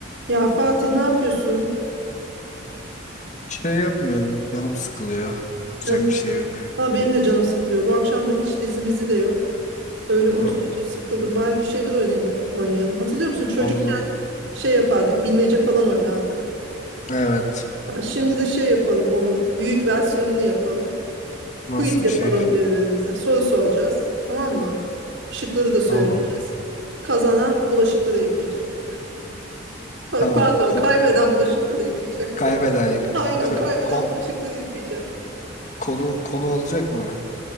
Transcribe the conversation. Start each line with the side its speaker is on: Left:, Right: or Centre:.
Right: Ya Fatih ne yapıyorsun?
Left: Şey yapmıyorum. Canım sıkılıyor. Yapacak
Right: Canım sıkılıyor.
Left: bir şey yok.
Right: Valla benim de canım sıkılıyor. Bu akşam da hiç dizimizi de yok. Öyle otur
Left: Hı hı.
Right: otur sıkıldım. Bari bir şeyler oynayalım. oynayalım. Hatırlıyor musun? Çocukken
Left: Oğlu.
Right: şey yapardık. Bilmece falan oynardık.
Left: Evet.
Right: Ha, şimdi de şey yapalım onun. Büyük versiyonunu yapalım. Quiz
Left: Nasıl bir
Right: yapalım
Left: şey?
Right: birbirimize. Soru soracağız. Tamam mı? Şıkları da söyleyeceğiz.
Left: Tamam.
Right: Kazanan bulaşıkları yıkayacak. <laughs>
Left: Tamam.
Right: Pardon,
Left: Konu
Right: kaybeden bulaşıkları yıkayacak.
Left: kaybeden yıkıyor.
Right: Aynen,
Left: Ka-
Right: kaybeden
Left: ko-
Right: bulaşıkları yıkayacak.
Left: konu konu olacak mı?